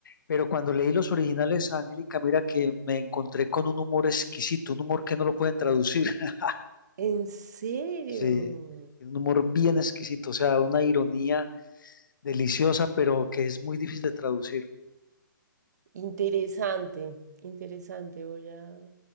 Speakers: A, on the left; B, on the right.
A: Pero cuando leí los originales, Angélica, mira que me encontré con un humor exquisito, un humor que no lo pueden traducir. <laughs>
B: ¿En serio?
A: Sí, un humor bien exquisito, o sea, una ironía deliciosa, pero que es muy difícil de traducir.
B: Interesante, interesante. Voy a,